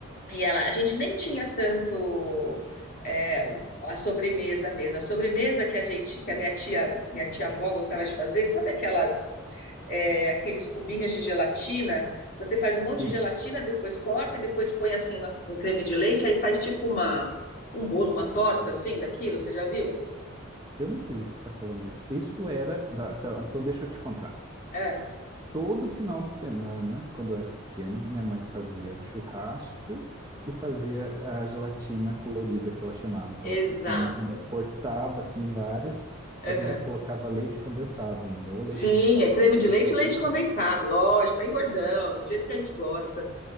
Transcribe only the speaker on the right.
sim.
Meu
Deus.
Eu não acredito que você está falando isso. Isso era. tá, tá, Então, deixa eu te contar.
Todo final de semana, quando eu era pequeno, minha mãe fazia churrasco e fazia a gelatina colorida que ela chamava, que
ela m- cortava assim várias,
só que a gente colocava leite condensado ainda, ou
leite condensado,
creme de
leite,
leite
condensado.